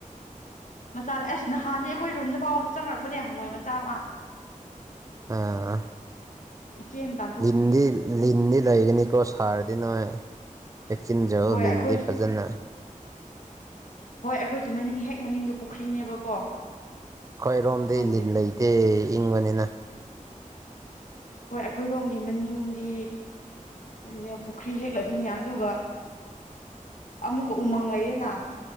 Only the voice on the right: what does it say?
ꯑꯥ
ꯂꯤꯟꯗꯤ ꯂꯤꯟꯗꯤ ꯂꯩꯒꯅꯤꯀꯣ ꯁꯥꯔꯗꯤ ꯅꯣꯏ ꯆꯦꯛꯁꯤꯟꯖꯧ
ꯂꯤꯟꯗꯤ
ꯐꯖꯅ
ꯑꯩꯈꯣꯏ ꯔꯣꯝꯗꯤ
ꯂꯤꯟ ꯂꯩꯇꯦ ꯏꯪꯕꯅꯤꯅ